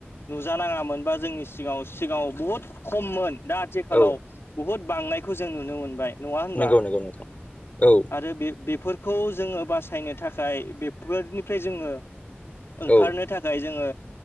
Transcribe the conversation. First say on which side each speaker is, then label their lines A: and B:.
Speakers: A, on the left; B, on the left.
A: नुजानाङामोन बा जोंनि सिगाङाव सिगाङाव बहुद खममोन। दा आथिखालाव
B: औ
A: बहुद बांनायखौ जों नुनो मोनबाय। नङा होनबा
B: नंगौ नोंथां। औ
A: आरो बे बेफोरखौ जोङो बासायनो थाखाय बेफोरनिफ्राय जोङो ओंखारनो
B: औ
A: थाखाय जोङो